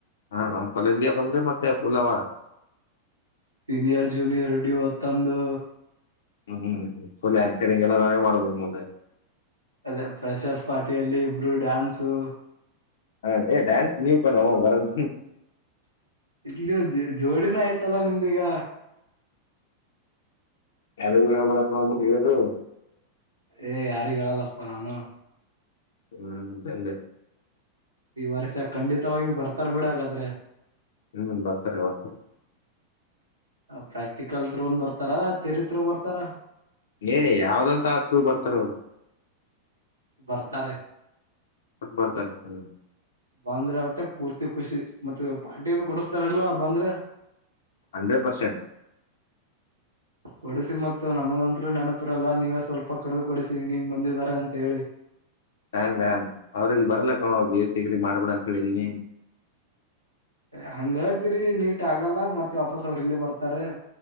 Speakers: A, on the left; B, on the right.
A: ಹಾ ನಮ್ ಕಾಲೇಜ್ಗೆ ಬಂದ್ರೆ ಮತ್ತೆ ಫುಲ್ ಅವ.
B: ಸೀನಿಯರ್ ಜೂನಿಯರ್ ಡಿವತ್ ತಂದು.
A: ಹ್ಮ್ ಹ್ಮ್ ಫುಲ್ ಆಂಕರಿಂಗೆಲ್ಲ ನಾವೇ ಮಾಡದು ಮುಂದ.
B: ಅದೇ ಪ್ರೆಷರ್ ಪಾರ್ಟಿಯಲ್ಲಿ ಇಬ್ರು ಡ್ಯಾನ್ಸು.
A: ಹಾ ಡೇ ಡ್ಯಾನ್ಸ್ ನೀವ್ ಕಣೋ ಬರದ್
B: ಇಲ್ಲಿಯು ಜೆ ಜೋಡಿನ ಆಯ್ತಲ್ಲ ನಿಮ್ದಿಗ.
A: ಯಾರಿಗೂ ಹೇಳ್ಬೇಡ ಅದು ಇರದು.
B: ಏ ಯಾರಿಗ ಹೇಳಲ್ಲಪ್ಪ ನಾನು.
A: ಹ್ಮ ನಾನು ಅದೆಂದೆ.
B: ಈ ವರ್ಷ ಖಂಡಿತವಾಗಿವು ಬರ್ತಾರ ಬಿಡಗಾದ್ರೆ.
A: ಹ್ಮ್ ಬರ್ತಾರೆ ಈ ವರ್ಷ
B: ಪ್ರಾಕ್ಟಿಕಲ ತ್ರೂನ್ ಬರ್ತಾರಾ ಥೇರಿ ತ್ರೂ ಬರ್ತಾರ.
A: ಏ ಯಾವ್ದಂತ ಆ ತ್ರೂ ಬರ್ತಾರ ಅವ್ರು.
B: ಬರ್ತಾರೆ.
A: ಮತ್ ಬರ್ತಾರೆ ಹ್ಮ್.
B: ಬಂದ್ರೆ ಒಟ್ಟೆ ಪೂರ್ತಿ ಖುಷಿ ಮತ್ತ ಪಾರ್ಟಿ ಅದು ಕೊಡಸ್ತರಲ್ವಾ ಬಂದ್ರೆ.
A: Hundred percent.
B: ಕೊಡಿಸಿ ಮತ್ತ್ ನಮಗಂತ್ರು ನೆನಪಿರಲ್ಲ ನೀವೇ ಸ್ವಲ್ಪ ಕರ್ದು ಕೊಡಿಸಿ ಹಿಂಗ ಹಿಂಗ್ ಬಂದಿದಾರ ಅಂತ ಹೇಳಿ.
A: ಹ ನಾ ಅವರಿಲ್ಲಿ ಬರ್ಲಕ್ಕೊ ಬಿಸಿಗಿಡಿ ಮಾಡ್ಬೇಡ ಅಂತ ಹೇಳಿದೀನಿ.
B: ಹ ಹಂಗೆಳತಿರಿ ನೀಟ್ ಆಗಲ್ಲ ಮತ್ತೆ ವಾಪಸ್ ಅವ್ರ ಇಲ್ಲೆ ಬರ್ತಾರ.